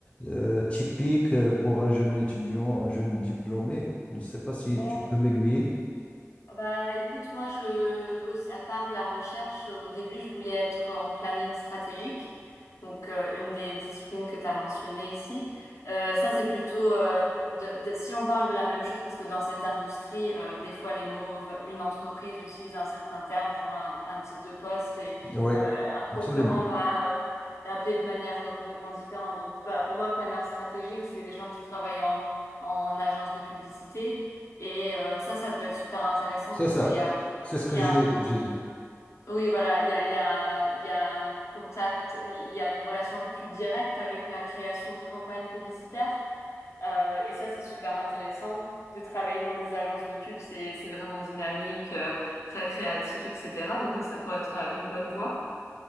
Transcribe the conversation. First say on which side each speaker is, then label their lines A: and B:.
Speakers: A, on the left; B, on the left.
A: euh, typique euh, pour un jeune étudiant, un jeune diplômé. Je ne sais pas si
B: On,
A: tu peux m'aiguiller.
B: Ah Bah, écoute, moi, je, aussi- à part la recherche, au début, je voulais être en planning stratégique, donc euh, une des disciplines que tu as mentionnées ici. Euh, ça, c'est plutôt, euh, de- de- si on parle de la même chose, parce que dans cette industrie, euh, des fois, les mots, va- une entreprise utilise un certain terme pour un, un titre de poste et
A: Oui,
B: euh, un concurrent
A: absolument.
B: va euh, l'appeler de manière euh, complètement différente. Donc, pas pour moi, planeur stratégique, c'est les gens qui travaillent en, en agence de publicité et euh, ça, ça peut être super intéressant
A: C'est
B: parce
A: ça.
B: qu'il y a,
A: C'est ce
B: il
A: que
B: y
A: j'ai
B: a un compte.
A: j'ai dit.
B: Oui, voilà, il y a, il y a, il y a un contact, il y a une relation un peu plus directe avec la création de campagnes publicitaires. Euh, et ça, c'est super intéressant de travailler dans des agences de pub. C'est, c'est vraiment dynamique, euh, très créatif, etc. Donc ça, ça pourrait être euh, une bonne voie.